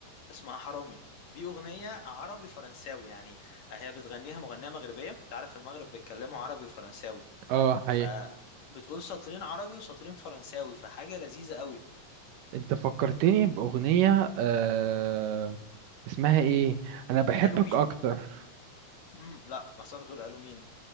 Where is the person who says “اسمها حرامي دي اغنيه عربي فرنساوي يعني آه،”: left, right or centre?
Left